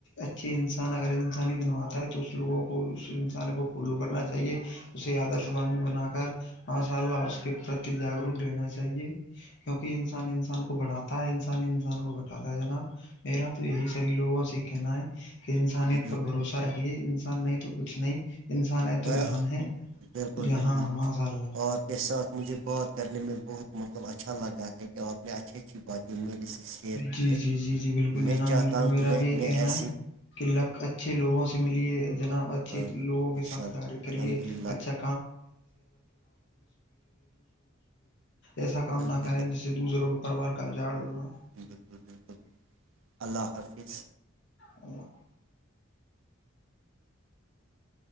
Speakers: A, on the left (about 60°); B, on the right (about 70°).
A: اچھے انسان اگر انسانی دنواتا ہے تو اس لوگوں کو اس انسان کو فالو کرنا چاہیے اسے آدرش وانی بنا کر ماشاء اللہ اس کے پرتی جاگروک رہنا چاہیے کیونکہ انسان انسان کو بڑھاتا ہے انسان انسان کو بٹھاتا ہے جناب میرا تو یہی سبھی لوگوں سے کہنا ہے کہ انسانیت
B: بالکل،
A: پر بھروسہ رکھیے انسان نہیں تو کچھ نہیں انسان ہے تو
B: ہاں
A: جہان ہے
B: بالکل
A: جہاں
B: بالکل
A: ماشاء اللہ
B: آپ کے ساتھ مجھے بات کرنے میں بہت مطلب اچھا لگا ہے کہ آپ نے اچھی اچھی بات میرے سے شیئر کیے
A: جی جی جی جی بالکل
B: میں
A: جناب
B: چاہتا
A: بالکل
B: ہوں
A: میرا
B: کہ میں
A: بھی یہی
B: میں
A: کہنا
B: ایسے
A: ہے
B: <inaudible>
A: کہ لک اچھے لوگوں سے ملیے جناب اچھے
B: ہاں
A: لوگوں
B: ان
A: کے
B: شاء
A: ساتھ
B: اللہ
A: کیہ کریے
B: الحمد للہ
A: اچھا <inaudible> ایسا کام
B: بالکل
A: نہ کریں جس سے دوسروں کے پرریوار کا جاڑ ہونا
B: بالکل بالکل اللہ حافظ
A: ا <inaudible>